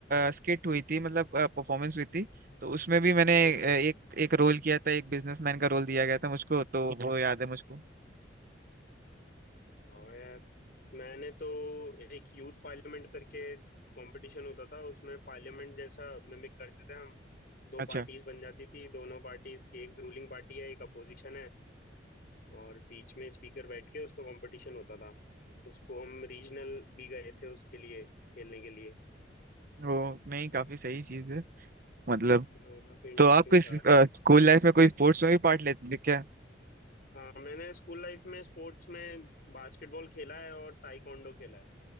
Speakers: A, on the right; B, on the left.
A: स्किट हुई थी मतलब परफॉर्मेंस हुई थी तो उसमें भी मैंने
B: हम्म,
A: अ, एक एक रोल किया था एक बिजनेसमैन का रोल दिया गया था मुझको तो वो याद है मुझको
B: वाह यार मैंने तो एक यूथ पार्लियामेंट करके कंपटीशन होता था उसमें पार्लियामेंट जैसा मिमिक करते थे हम दो
A: अच्छा
B: पार्टीज बन जाती थी दोनों पार्टीज की एक रूलिंग पार्टी है एक अपोजिशन है और बीच में स्पीकर बैठ के उसका कंपटीशन होता था उसको हम रीजनल भी गए थे उसके लिए खेलने के लिए
A: वो नहीं काफी सही चीज है मतलब
B: हाँ काफी इंटरेस्टिंग
A: तो आप किस
B: था
A: स्कूल लाइफ में कोई स्पोर्ट्स में भी पार्ट लेते थे क्या
B: हाँ मैंने स्कूल लाइफ में स्पोर्ट्स में बास्केटबॉल खेला है और ताइक्वांडो खेला है